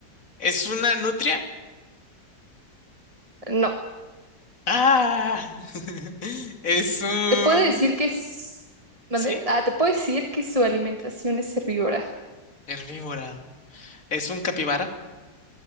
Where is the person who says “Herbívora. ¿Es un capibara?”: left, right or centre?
Left